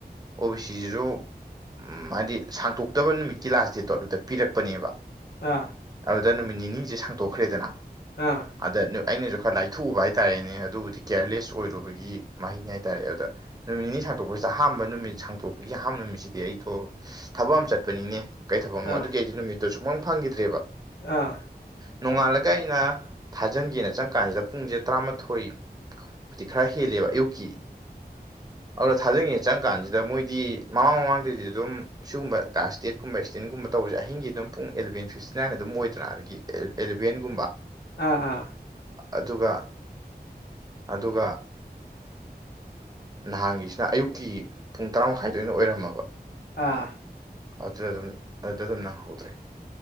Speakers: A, on the right; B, on the left.
A: ꯑꯣ ꯕꯤ ꯁꯤꯁꯤꯁꯨ ꯍꯥꯏꯗꯤ ꯁꯥꯡꯇꯣꯛꯇꯕ ꯅꯨꯃꯤꯠꯀꯤ ꯂꯥꯁ ꯗꯦꯠꯇꯣ ꯑꯗꯨꯗ ꯄꯤꯔꯛꯄꯅꯦꯕ
B: ꯑꯥ
A: ꯑꯗꯨꯗ ꯅꯨꯃꯤꯠ ꯅꯤꯅꯤꯁꯦ ꯁꯤꯡꯇꯣꯛꯈ꯭ꯔꯦꯗꯅ
B: ꯑꯥ
A: ꯑꯗ ꯑꯩꯅꯁꯨ ꯈꯔ ꯂꯥꯏ ꯑꯊꯨꯕ ꯍꯥꯏꯇꯥꯥꯔꯦꯅꯦ ꯑꯗꯨꯕꯨꯗꯤ ꯀꯤꯌꯔꯂꯦꯁ ꯑꯣꯏꯔꯨꯕꯒꯤ ꯃꯍꯩꯅꯤ ꯍꯥꯏꯇꯥꯔꯦ ꯑꯗ ꯅꯨꯃꯤꯠ ꯅꯤꯅꯤ ꯁꯥꯡꯇꯣꯛꯄꯁꯤꯗ ꯑꯍꯥ ꯕ ꯅꯨꯃꯤꯠ ꯁꯥꯡꯇꯣꯛꯄꯒꯤ ꯑꯍꯥꯟꯕ ꯅꯨꯃꯤꯠꯁꯤꯗꯤ ꯑꯩꯗꯣ ꯊꯕꯛ ꯑꯃ ꯆꯠꯄꯅꯤꯅꯦ ꯀꯩ ꯊꯕꯛꯅꯣ
B: ꯑꯥ ꯑꯥ ꯑꯥ
A: ꯑꯗꯨ ꯀꯩꯗꯤ ꯅꯨꯃꯤꯠꯇꯣ ꯁꯨꯛꯐ ꯐꯪꯈꯤꯗ꯭ꯔꯦꯕ
B: ꯑꯥ
A: ꯅꯣꯡꯉꯥꯜꯂꯒ ꯑꯩꯅ ꯊꯥꯖꯤꯟꯒꯦꯅ ꯆꯪ ꯀꯥꯟꯁꯤꯗ ꯄꯨꯡꯁꯦ ꯇꯔꯥꯃꯥꯊꯣꯏꯗꯤ ꯈꯔ ꯍꯦꯜꯂꯦꯕ ꯌꯨꯀꯤ ꯑꯗꯨꯅ ꯊꯥꯖꯤꯟꯒꯦꯅ ꯆꯪꯀꯥꯟꯁꯤꯗ ꯃꯣꯏꯗꯤ ꯃꯃꯥꯡ ꯃꯃꯥꯡꯗꯗꯤ ꯑꯗꯨꯝ ꯁꯤꯒꯨꯝꯕ ꯂꯥꯁ ꯗꯦꯠꯀꯨꯝꯕ ꯑꯦꯛꯁꯇꯦꯟꯒꯨꯝꯕ ꯇꯧꯕꯁꯦ ꯑꯍꯤꯡꯒꯤ ꯑꯗꯨꯝ ꯄꯨꯡ ꯑꯦꯂꯚꯦꯟ ꯐꯤꯐꯇꯤ ꯅꯥꯏꯟ ꯑꯗꯨꯝ ꯑꯣꯏꯗꯅ ꯑꯗꯒꯤ ꯑꯦꯂꯚꯦꯟꯒꯨꯝꯕ
B: ꯑꯥ ꯑꯥ
A: ꯑꯗꯨꯒ ꯑꯗꯨꯒ ꯅꯍꯥꯟꯒꯤꯁꯤꯅ ꯑꯌꯨꯛꯀꯤ ꯄꯨꯡ ꯇꯔꯥꯃꯥꯏꯗ ꯑꯣꯏꯅ ꯑꯣꯏꯔꯝꯃꯕ
B: ꯑꯥ
A: ꯑꯗꯨ ꯑꯗꯨꯝ ꯑꯗꯨꯗ ꯑꯗꯨꯝ ꯅꯪꯍꯧꯗ꯭ꯔꯦ